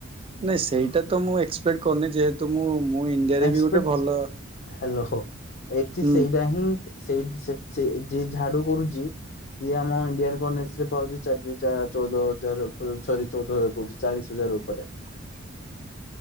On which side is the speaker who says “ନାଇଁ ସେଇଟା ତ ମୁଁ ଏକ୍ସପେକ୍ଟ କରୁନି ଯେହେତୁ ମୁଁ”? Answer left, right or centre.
Right